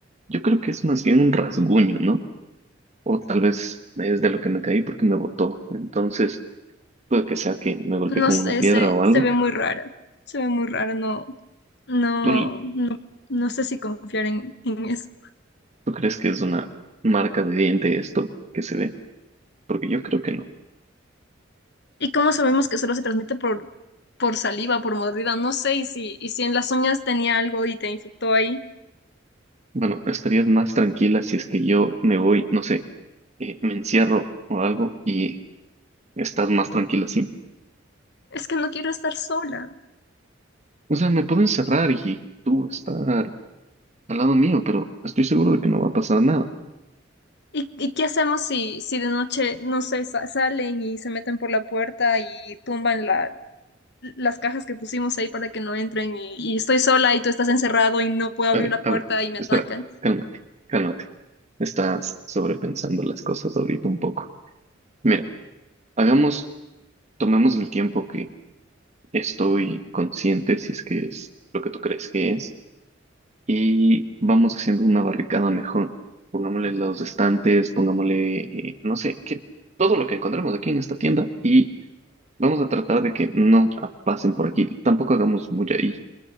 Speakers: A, on the right; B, on the left.
A: yo creo que es más bien un rasguño, ¿no? O tal vez es de lo que me caí porque me botó. Entonces, puede que sea que me golpeé
B: No
A: con
B: sé,
A: una piedra
B: se,
A: o algo.
B: se ve muy rara. Se ve muy rara, no. No,
A: ¿Tú,
B: no sé si confiar en, en eso.
A: tú crees que es una marca de diente esto que se ve? Porque yo creo que no.
B: ¿Y cómo sabemos que solo se transmite por, por saliva, por mordida? No sé, y si, y si en las uñas tenía algo y te infectó ahí.
A: Bueno, estarías más tranquila si es que yo me voy, no sé, eh, me encierro o algo y estás más tranquila, ¿sí?
B: Es que no quiero estar sola.
A: O sea, me puedo encerrar y tú estar al lado mío, pero estoy seguro de que no va a pasar nada.
B: ¿Y, y qué hacemos si, si de noche, no sé, sa- salen y se meten por la puerta y tumban la, las cajas que pusimos ahí para que no entren y, y estoy sola y tú estás encerrado y no puedo abrir
A: A ver,
B: la
A: a
B: puerta
A: ver,
B: y me
A: espera,
B: atacan?
A: cálmate, cálmate. Estás sobrepensando las cosas ahorita un poco. Mira, hagamos, tomemos el tiempo que estoy consciente, si es que es lo que tú crees que es, y vamos haciendo una barricada mejor. Pongámosle los estantes, pongámosle, eh, no sé, que todo lo que encontremos aquí en esta tienda y vamos a tratar de que no ah, pasen por aquí. Tampoco hagamos mucha Y